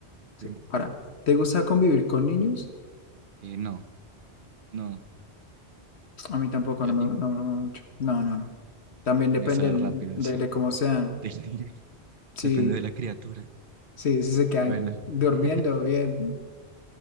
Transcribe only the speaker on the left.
Sí,
para. ¿Te gusta convivir con niños?
A mí tampoco,
no
me, no, no no mucho. No, no, no. También depende
el-
de,
de cómo sean.
Si,
si, si se quedan
durmiendo bien,